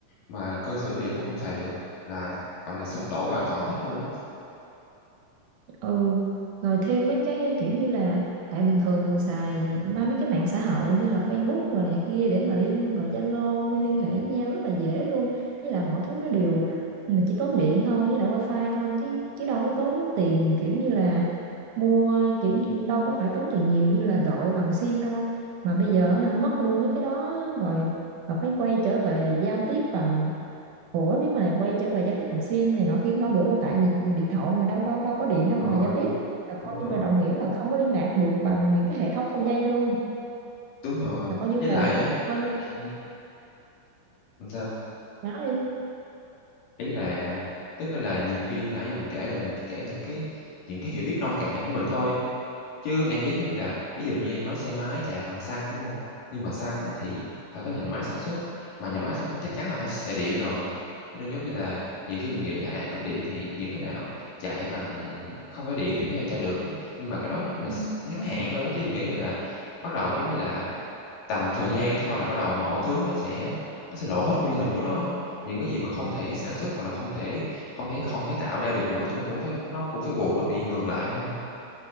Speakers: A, on the left; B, on the right.
A: mà cơ sở dữ liệu cũng không xài được, là, gọi là, sụp đổ hoàn toàn hết luôn á.
B: ừ rồi thêm mấy cái kiểu như là tại bình thường mình xài ma- mấy cái mạng xã hội như là Facebook rồi này kia để mà liên gọi Zalo liên hệ với nhau rất là dễ luôn với lại mọi thứ nó đều mình chỉ tốn điện thôi với lại wifi thôi chứ chứ đâu có tốn tiền kiểu như là mua kiểu như- đâu có phải tốn tiền nhiều như là gọi bằng sim đâu mà bây giờ hả, mất luôn mấy cái đó rồi mà phải quay trở về giao tiếp bằng ủa nếu mà quay trở về giao tiếp bằng sim này nọ kiếm đâu được đâu tại vì điện thoại mà đâu đâu đâu có điện
A: Đúng
B: đâu
A: rồi,
B: mà giao tiếp là coi
A: đúng
B: như
A: rồi,
B: là đồng nghĩa là không có liên lạc được bằng những cái hệ thống không dây luôn
A: đúng rồi.
B: là coi như
A: Với
B: là
A: lại á
B: coi như
A: <clears throat> làm sao?
B: nói đi
A: Ý là tức là nhiều khi nãy giờ mình kể là mình chỉ kể những cái những cái hiểu biết nông cạn của mình thôi, chứ em biết giống như là ví dụ như em nói xe máy chạy bằng xăng, đúng không? Nhưng mà xăng á thì phải có nhà máy sản xuất, mà nhà máy sản xuất thì chắc chắn là phải xài điện rồi. Cho Nên giống như là nhiều khi mình nghĩ là, à, cúp điện thì những cái nào chạy bằng không phải điện thì có thể chạy được á, nhưng mà cái đó giống như là
B: ừ.
A: s ngắn hạn thôi á, chứ em nghĩ, gọi là, bắt đầu giống như là Tầm một thời gian đó thôi là bắt đầu mọi thứ nó sẽ nó sẽ lộ hết nguyên hình của nó, những cái gì mà không thể sản xuất hoặc là không thể không thể không thể tạo ra được nữa thì nó cũng phải nó cũng phải buộc nó bị ngừng lại thôi.